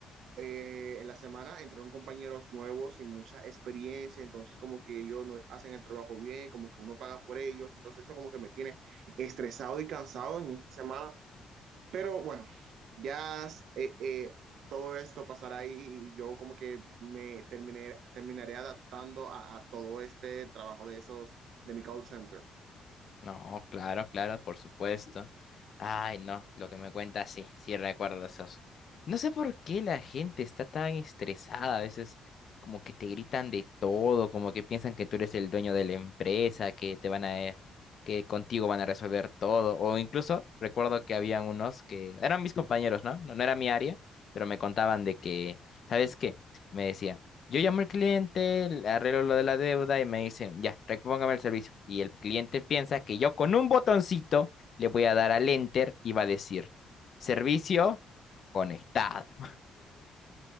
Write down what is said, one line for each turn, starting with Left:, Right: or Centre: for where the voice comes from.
Right: eh, en la semana entraron compañeros nuevos sin mucha experiencia, entonces como que ellos no hacen el trabajo bien, como que uno paga por ellos, entonces eso como que me tiene estresado y cansado en esta semana, pero bueno, ya eh, eh, todo esto pasará y, y yo como que me terminé, terminaré adaptando a, a todo este trabajo de esos de mi call center.
Left: No, claro, claro, por supuesto. Ay, no, lo que me cuenta, sí, sí recuerdo esos. No sé por qué la gente está tan estresada, a veces como que te gritan de todo, como que piensan que tú eres el dueño de la empresa, que te van a, eh, que contigo van a resolver todo. O incluso recuerdo que habían unos que eran mis compañeros, ¿no? No, no era mi área, pero me contaban de que, ¿sabes qué? Me decían. Yo llamo al cliente, le arreglo lo de la deuda y me dicen, ya, repóngame el servicio. Y el cliente piensa que yo con un botoncito le voy a dar al enter y va a decir, servicio conectado.